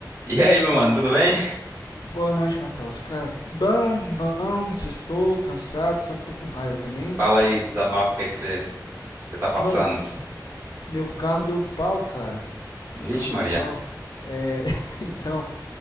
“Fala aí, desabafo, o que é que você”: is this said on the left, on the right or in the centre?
Right